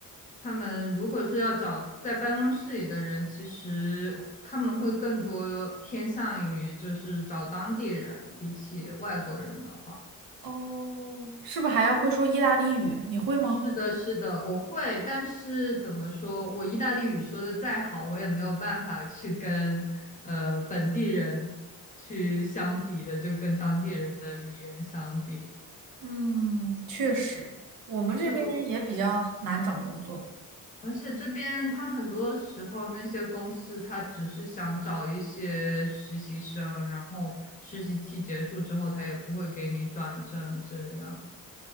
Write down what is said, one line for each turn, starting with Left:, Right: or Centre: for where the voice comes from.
Left: 他们如果是要找在办公室里的人，其实他们会更多偏向于就是找当地人，比起外国人的话。
Right: 哦，是不是还要会说意大利语？你会吗？
Left: 是的，是的，我会，但是怎么说，我意大利语说的再好，我也没有办法去跟呃本地人去相比的，就跟当地人的语言相比，
Right: 嗯，确实，我们这边也比较难找工作。
Left: 就而且这边他很多时候那些公司他只是想找一些实习生，然后实习期结束之后，他也不会给你转正，这样